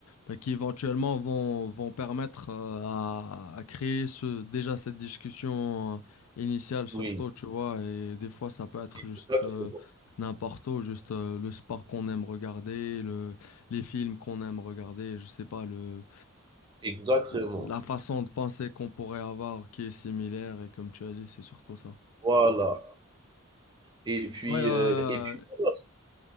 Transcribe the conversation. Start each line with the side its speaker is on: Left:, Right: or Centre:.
Left: bah, qui éventuellement vont, vont permettre euh, à, à créer ce, déjà cette discussion euh, initiale surtout,
Right: oui,
Left: tu vois, et des fois ça peut être
Right: exactement,
Left: juste euh, n'importe où, juste euh, le sport qu'on aime regarder, le, les films qu'on aime regarder, je sais pas, le,
Right: exactement,
Left: la façon de penser qu'on pourrait avoir qui est similaire, et comme tu as dit, c'est surtout ça.
Right: voilà et puis,
Left: Ouais, euh,
Right: heu et puis voilà,